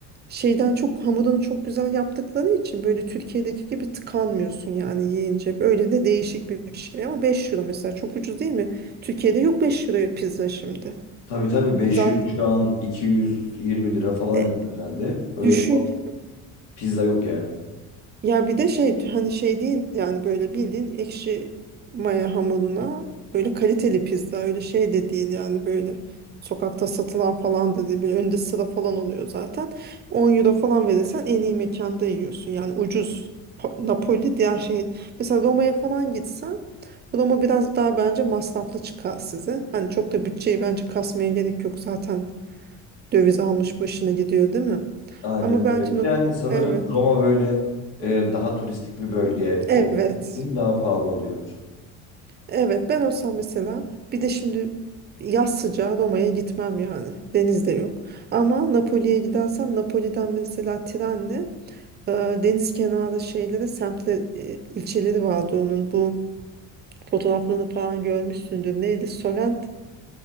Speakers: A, on the right; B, on the left.
A: şeyden çok hamurunu çok güzel yaptıkları için böyle Türkiye'deki gibi tıkanmıyorsun yani yiyince. Böyle de değişik bir şey ama 5 euro mesela çok ucuz değil mi? Türkiye'de yok 5 euroya pizza şimdi.
B: Tabii tabii 5
A: Zaten
B: euro şu an 220 lira falan
A: e,
B: eder herhalde. Öyle
A: düşün
B: pizza yok yani.
A: Ya bir de şey hani şey değil yani böyle bildiğin ekşi maya hamuruna böyle kaliteli pizza öyle şey de değil yani böyle sokakta satılan falan da değil böyle önde sıra falan oluyor zaten 10 euro falan verirsen en iyi mekanda yiyorsun yani ucuz Pa- Napoli diğer şey mesela Roma'ya falan gitsen Roma biraz daha bence masraflı çıkar size hani çok da bütçeyi bence kasmaya gerek yok zaten döviz almış başına gidiyor değil mi
B: Aynen
A: ama belki
B: öyle.
A: Nap-
B: Yani sanırım
A: evet
B: Roma böyle e, daha turistik bir bölge olduğu
A: evet
B: için daha pahalı oluyordur.
A: Evet ben olsam mesela bir de şimdi yaz sıcağı Roma'ya gitmem yani. Deniz de yok. Ama Napoli'ye gidersem Napoli'den mesela trenle e, deniz kenarı şeylere semtle e, ilçeleri vardı onun. Bu fotoğraflarını falan görmüşsündür. Neydi? Solent